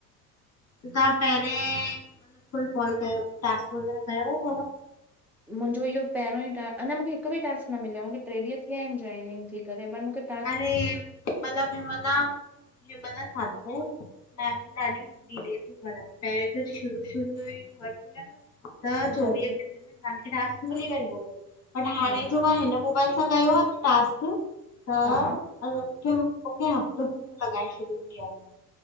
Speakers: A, on the left (about 30°); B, in the centre.
A: त तव्हां पहिरें मतलब कोई कॉल कयो टास्क वग़ैरह कयो को --
B: मुंहिंजो इहो पहिरों ई टास अञा मूंखे हिकु बि टास्क न मिलियो आहे मूंखे टे ॾींहं थीिया आहिन जॉइनिंग थी करे पर मूंखे --
A: अरे मलामलामला छा अथ मम ॾाढिय। रे थियूं करन पहिरं त शुरू शूयूंर न -- त चोवीह
B: जल्दी
A: घंटे में तव्हांखे टास्क मिली वेंदो हुयो -- बट हाणे
B: हा
A: जो मां हिन मोबाइल सां कयो आहे न टास्क -- त
B: हा
A: मूंखे मूंखे हफ़्तो पूरो लॻाए छॾींदी आहे।